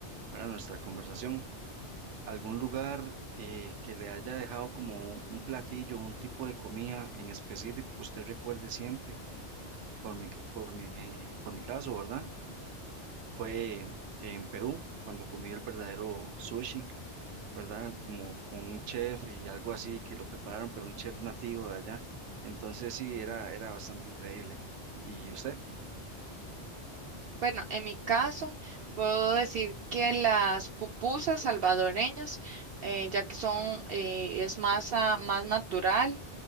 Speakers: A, on the right; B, on the right.
A: bueno, nuestra conversación algún lugar eh, que le haya dejado como un platillo, un tipo de comida en específico que usted recuerde siempre, por mi, por mi, por mi caso, ¿verdad? Fue en Perú, cuando comí el verdadero sushi, ¿verdad? Como con un chef y algo así que lo prepararon, pero un chef nativo de allá. Entonces sí, era, era bastante increíble. ¿Y usted?
B: Bueno, en mi caso, puedo decir que las pupusas salvadoreñas, eh, ya que son, eh, es masa más natural,